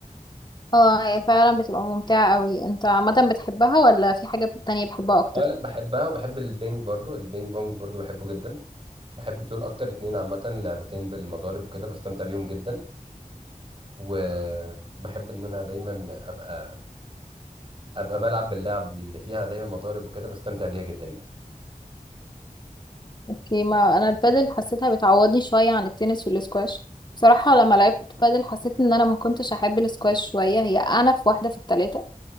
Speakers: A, on the left; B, on the right.
A: اه هي فعلا بتبقى ممتعة قوي انت عامة بتحبها ولا في حاجة تانية بتحبها اكتر
B: أه لأ بحبها وبحب البينج برضو البينج بونج برضو بحبه جدا بحب دول أكتر اتنين عامة لعبتين بالمضارب وكده بستمتع بيهم جدا وبحب إن أنا دايما أبقى أبقى بلعب باللعب اللي فيها دايما مضارب وكده بستمتع بيها جدا يعني
A: اوكي ما انا البادل حسيتها بتعوضني شوية عن التنس والسكواش بصراحة لما لعبت بادل حسيت ان انا ما كنتش احب السكواش شوية هي اعنف واحدة في التلاتة